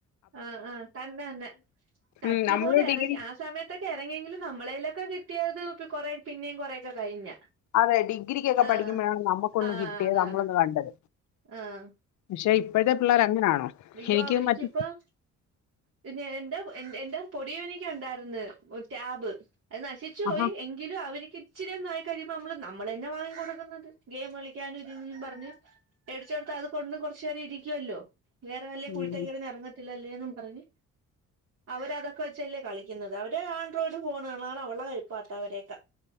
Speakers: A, on the right; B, on the left.
A: ആഹ്ആഹ്തന്നെ തന്നെ ടച്ചുപോണ്
B: ഉം നമ്മള് ഡിഗ്രി
A: എറങ്ങി ആ സമയത്ത് ഇറങ്ങിയെങ്കിലും നമ്മളേലൊക്കെ കിട്ടിയത് കൊറ പിന്നേും കുറേൊക്കെ കഴിഞ്ഞ
B: അതെ ഡിഗ്രിക്കൊക്കെ
A: ആഹ്
B: പഠിക്കുമ്പോഴാണ് നമക്കൊന്ന്
A: ആഹ്
B: കിട്ടിയത്
A: അതാണ്
B: നമ്മളൊന്ന് കണ്ടത്
A: ആഹ്
B: പക്ഷെ ഇപ്പോഴത്തെ പിള്ളേര് അങ്ങനാണോ
A: അയ്യോ
B: എനിക്ക്
A: അവര്‌ചിപ്പം
B: മറ്റ
A: പിന്നെ എന്റെ എന്റെ പൊടിയോയിക ണ്ടായിരുന്ന് ടാബ് അത് നശിച്ചു പോയി
B: ആഹാ
A: ങ്കിലും അവ ക്കിച്ചിരി നായി കഴിയുമ്പോ നമ്മള് നമ്മൾ തന്നെ വാങ്ങി കൊടുക്കുന്നത് ഗെയിം കളിക്കാനും ഇതി പറഞ്ഞ് വേടിച്ചോട്ത്തഅത് കൊണ്ട് കൊറച്ചു നേരം ഇരിക്കുവല്ലോ വേറെ വലിയ
B: ഉം
A: കുരുത്ത കേടിന് എറങ്ങത്തില്ലല്ലേപറഞ്ഞ് അവരതൊക്കെ വെച്ചല്ലേ കളി ഇന്ന് താ അവര് ആൻഡ്രോയിഡ് ഫോണുകള അവളടെ കഴിപ്പാട്ടംഅവരെക്കെ